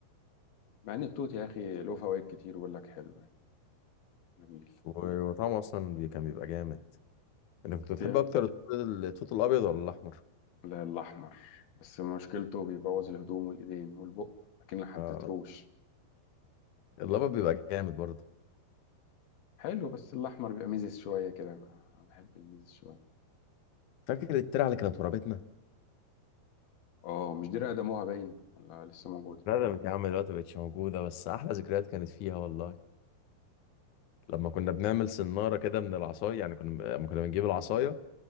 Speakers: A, on the left; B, on the left.
A: مع ان التوت يا اخي له فوائد كتير بيقول لك حلو يعني جميل
B: و- وطعمه اصلا بي- كان بيبقى جامد انا كنت بتحب
A: في
B: اكتر التوت التوت الابيض ولا الاحمر
A: لا الاحمر بس مشكلته بيبوظ الهدوم والايدين والبق لكن حددتروش
B: آه. الابيض بيبقى جامد برضه
A: حلو بس الاحمر بيبقى ميزز شويه كده بقى. انا بحب الميزز شويه
B: فاكر الترعه اللي كانت ورابتنا
A: اه مش دي رقدموها باين ولا لسه موجوده
B: ندمت يا عم دلوقتي مبقتش موجوده بس احلى ذكريات كانت فيها والله لما كنا بنعمل سناره كده من العصايه يعني كنا لما كنا بنجيب العصايه